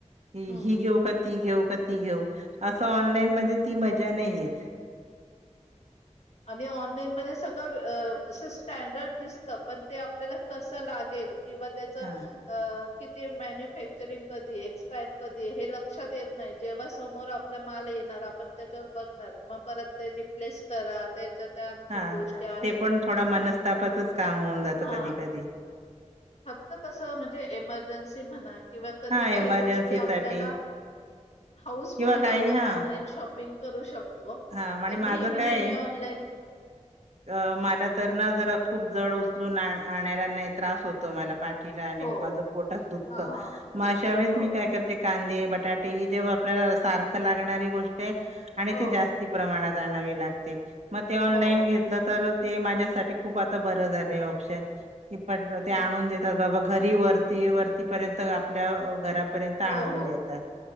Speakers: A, on the right; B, on the left.
A: ही
B: हम्म
A: घेऊ का? ती घेऊ का ती घेऊ? असं ऑनलाईन मध्ये ती मजा नाहीेये
B: आणि ऑनलाईन मध्ये सगळं असं स्टँडर्ड दिसतं पण ते आपल्याला कसं लागेल? किंवा त्याच
A: हा
B: किती मॅन्युफॅक्चरिंग कधी एक्सपायर कधी हे लक्षात येत. नाही जेव्हा समोर आपल्या माल येणार, आपण त्याच्यावर बघणार, मग परत ते रिप्लेस करा त्याच्या त्या आणखीन
A: हा,
B: गोष्टी आहेत
A: ते पण थोडा मनस्तापाचच काम होऊन जातं
B: हा
A: कधी कधी
B: फक्त कसं म्हणजे, एमर्जन्सी म्हणा किंवा कधी
A: हा
B: काही
A: इमर्जन्सी
B: गोष्टी
A: साठी
B: आपल्याला हाऊस
A: किंवा
B: म्हणून
A: काही
B: आपण
A: हा
B: ऑनलाईन शॉपिंग करू शकतो,
A: हा आणि
B: पण नेहमी
A: माझं काय
B: नेहमी
A: आहे
B: ऑन ऑनलाइन
A: अ मला तर ना, जर खूप जड उचलून आणायला नाही त्रास होतो मला पाठ
B: हो
A: माझ पोट दुखत,
B: हा हा
A: अशा वेळेस
B: हो
A: मी काय करते कांदे, बटाटे, ही जेव्हा आपल्याला सारखं लागणारी गोष्ट आहे, आणि
B: हो
A: ते जास्ती प्रमाणात. आणावी लागते, मग ती ऑनलाईन
B: हो
A: घेतल तर ते माझ्यासाठी खूप आता बरं झालंय ऑप्शन ते
B: हम्म
A: आणून देतात बाबा घरी वरती वरतीपर्यंत आपल्या घरापर्यंत आणून
B: हो हो
A: देतात.